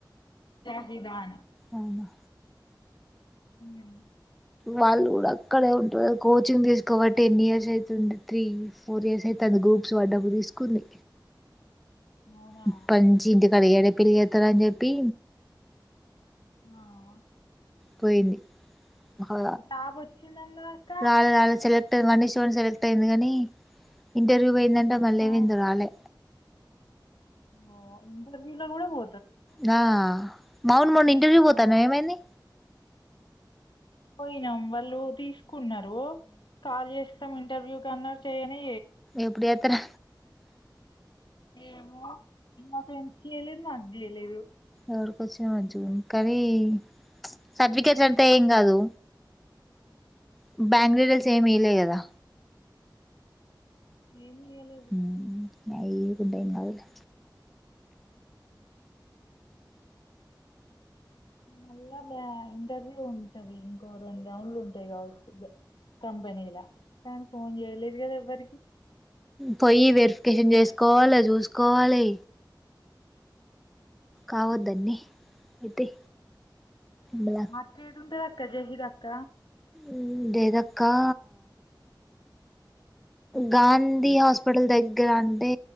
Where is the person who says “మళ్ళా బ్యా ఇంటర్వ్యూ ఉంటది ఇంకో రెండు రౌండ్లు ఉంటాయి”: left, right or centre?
Left